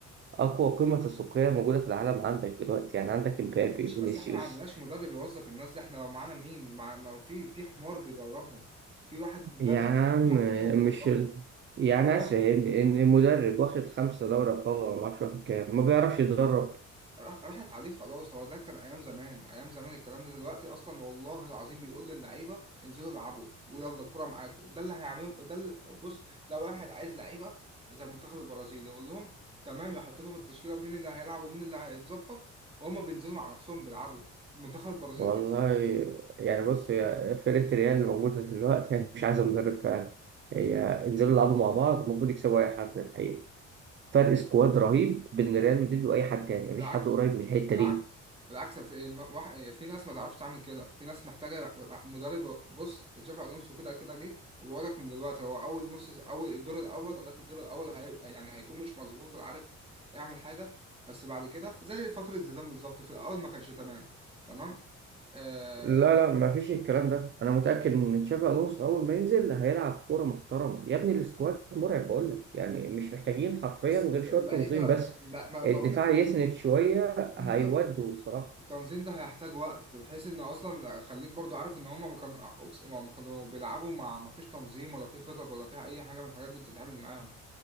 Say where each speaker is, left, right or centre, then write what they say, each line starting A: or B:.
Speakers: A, on the right (about 40°); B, on the right (about 20°).
A: اقوى قيمه تسويقيه موجوده في العالم عندك دلوقتي يعني عندك امبابي
B: ماشي
A: فينيسيوس
B: بس احنا ما عندناش مدرب يوظف الناس دي احنا لو معانا مين مع ما في في حمار بيدربهم في واحد
A: يا
B: لا يفقه
A: عم
B: شيء عن الكورة بيدربهم
A: مش ال... يعني
B: لا واحد
A: عايز فاهمني ان المدرب واخد خمسه دوري ابطال ولا ما اعرفش واخد كام ما بيعرفش يدرب
B: راح راحت عليه خلاص هو ده كان ايام زمان ايام زمان الكلام ده دلوقتي اصلا والله العظيم بيقول للعيبه انزلوا العبوا ويلا الكره معاكم ده اللي هيعملهم ده اللي بص ده واحد عايز لعيبه زي منتخب البرازيل يقول لهم تمام يحط لهم التشكيله ومين اللي هيلعب ومين اللي هيتظبط وهما بينزلوا مع نفسهم بيلعبوا منتخب البرازيل
A: والله
B: كده
A: يعني بص هي فرقة ريال اللي موجودة دلوقتي هي مش عايزة مدرب فعلا هي انزلوا العبوا مع بعض المفروض يكسبوا أي حد من الحقيقة فرق سكواد رهيب بين ريال مدريد وأي حد تاني
B: بالعكس
A: مفيش حد قريب من الحتة
B: بالعكس
A: دي
B: بالعكس في م- واحد- في ناس ما تعرفش تعمل كده في ناس محتاجه مدرب بص تشافي الونسو كده كده جه وبقول لك من دلوقتي هو اول نص اول الدور الاول لغايه الدور الاول هيبقى يعني هيكون مش مظبوط ولا عارف يعمل حاجه بس بعد كده زي فتره زيدان بالظبط في الاول ما كانش تمام تمام آه
A: لا لا مفيش الكلام ده أنا متأكد إن تشابي ألونسو أول ما ينزل هيلعب كورة محترمة يا ابني السكواد مرعب بقول لك يعني مش محتاجين حرفيا
B: بس
A: غير
B: اللعيبه
A: شوية تنظيم بس
B: لا ما بقول
A: الدفاع
B: لك
A: يسند شوية
B: التنظيم
A: هيودوا
B: ده
A: الصراحة
B: التنظيم ده هيحتاج وقت بحيث ان اصلا خليك برضو عارف ان هما ما كانوا أقص- ما كانوا بيلعبوا مع ما فيش تنظيم ولا في خطط ولا فيها اي حاجه من الحاجات دي بتتعامل معاهم